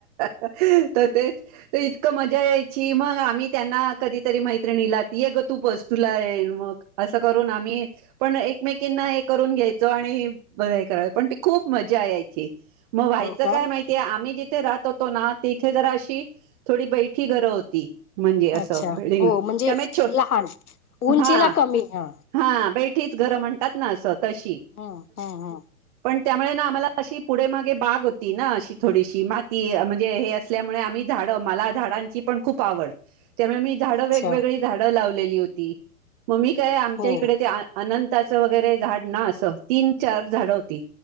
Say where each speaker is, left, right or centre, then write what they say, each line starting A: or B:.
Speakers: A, on the right (about 35°); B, on the left (about 85°).
A: तर तेच तर इतकं मजा यायची मग आम्ही त्यांना कधीतरी मैत्रिणीला ये ग तू बस तुला येन मग असं करून आम्ही पण एकमेकींना हे करून घ्यायचो आणि बा हे करायच पण ती खूप मजा यायची मग व्हायच
B: हो का
A: काय मा ते आम्ही जिथे राहत होतो ना तिथे जरा अशी थोडी बैठी घरं होती ते. म्हणजे असं
B: अच्छा
A: बिल्डिंग
B: हो म्हणजे
A: तंमेच छो
B: लहान उंचीला
A: हां
B: कमी हा
A: हां बैठीचं घरं म्हणतांत नां असं तशी
B: हम्म हम्म हम्म
A: पणं त्यांमुळे नां आम्हांला अशी पुढे मांगे बांग होती नां अशी थोडीशी मांती म्हणजे हे असं सल्यांमुळे आम्हीं झाडं मलां झाडांची पणं खूंप आवडं त्यांमुळे मी झाडं
B: अच्छा
A: वेगवेगळी झाडं लावलेली होती मंग मी कायं आमच्यां
B: हो
A: इकडे ते अनंताचं वगैरें झाडं नां असं तीनं चार झाडं होती